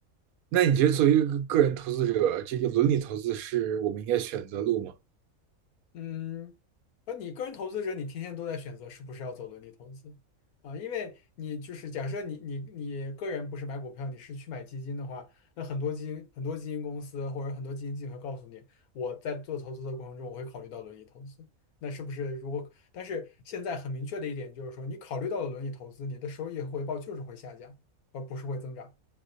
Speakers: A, on the right (about 80°); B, on the left (about 85°).
A: 那你觉得作为一个个人投资者，这个伦理投资是我们应该选择路吗？
B: 嗯，而你个人投资者，你天天都在选择是不是要走伦理投资啊，因为你就是假设你你你个人不是买股票，你是去买基金的话，那很多基金很多基金公司或者很多基金经理会告诉你，我在做投资的过程中，我会考虑到伦理投资。那是不是如果？但是现在很明确的一点就是说，你考虑到了伦理投资，你的收益和回报就是会下降，而不是会增长。